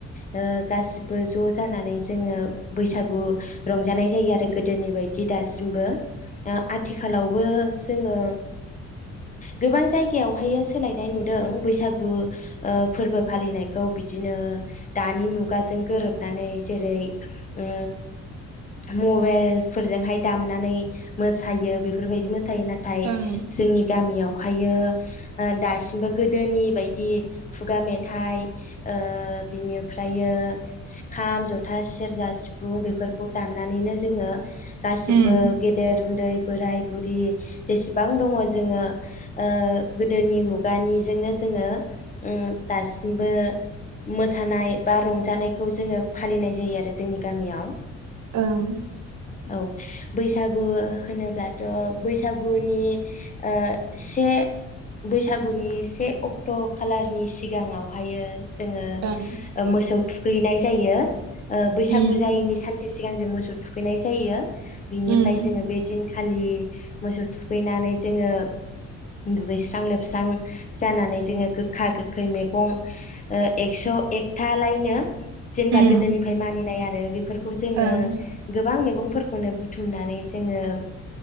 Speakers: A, on the left; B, on the right.
A: ओ गासिबो ज' जानानै जोङो बैसागु रंजानाय जायो आरो गोदोनि बायदि दासिमबो ओ आथिखालावबो जोङो गोबां जायगायावहायो सोलायनाय नुदों बैसागु ओ फोरबो फालिनायखौ बिदिनो दानि मुगाजों गोरोबनानै जेरै ओ मबाइल फोरजोंहाय दामनानै मोसायो बेफोरबायदि मो जायो नाथाय
B: ओं
A: जोंनि मियावहायो ओ दासिमबो गोदोनि बायदि खुगा मेथाइ ओ बिनिफ्रायो‌ खाम, जथा, सेरजा, सिफुं बेफोरखौ दामनानैनो जोङो गासिबो
B: उम
A: गेदेर उन्दै बोराय बुरि जेसेबां दङ। जोङो ओ गोदोनि मुगानिजोंनो जोङो उ दासिमबो मोसानाय बा रंजानायखौ जोङो फालिनाय जायो आरो जोंनि गामियाव।
B: ओं।
A: औ बैसागु होनोब्लाथ' बैसागुनि ओ से बैसागुनि से अक्ट' खालारनि सिगाङावहायो। जोङो
B: ओं
A: ओ मोसौ थुखैनाय जायो। ओ बैसागु
B: उम
A: जायैनि सानसे स सिगां जों मोसौ थुखैनाय जायो बिनिफ्राय
B: उम
A: जोङो बे दिन खालि मोसौ थुखैनानै जोङो दुगैस्रां लोबस्रां जानानै जोङो गोखा गोखै मैगं एक्स' एकथालायनो जेनेबा
B: उम
A: गोदोनिफ्राय मानिनाय आरो बेफोर जोङो
B: ओं
A: गोबां मे मैगफोरखौनो बुथुमनानै जोङो